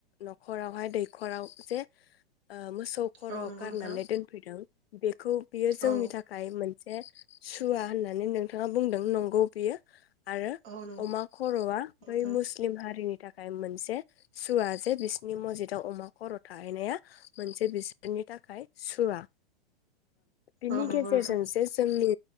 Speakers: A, on the left; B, on the right.
A: न'खरावहाय दैखराव जे ओ मोसौ खर'
B: औ नंगौ
A: गारनानै
B: नोंथां
A: दोनफैदों। बे खौ बियो जोंनि
B: औ
A: थाखाय मोन से सुवा होननानै नोंथाङा बुंदों नंगौ बेयो आरो
B: औ नंगौ
A: अमा खरआ
B: नोंथां
A: बै
B: औ
A: मुस्लिम हारिनि थाखाय मोनसे सुवा जे बिसोरनि मजिदाव अमा खर थाहैनाया मोनसे बिसोरनि थाखाय <unintelligible> सुवा बिनि
B: औ नंगौ
A: गेजेरजोंसो
B: नोंथां
A: जोंनि